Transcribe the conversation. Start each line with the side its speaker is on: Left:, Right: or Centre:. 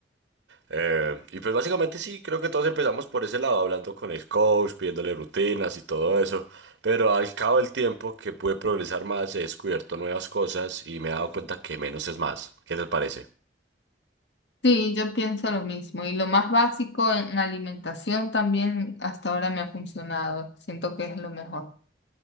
Right: Eh, y pues básicamente sí, creo que todos empezamos por ese lado, hablando con el coach, pidiéndole rutinas y todo eso, pero al cabo del tiempo que pude progresar más, he descubierto nuevas cosas y me he dado cuenta que menos es más. ¿Qué te parece?
Left: Sí, yo pienso lo mismo. Y lo más básico en alimentación también hasta ahora me ha funcionado. Siento que es lo mejor.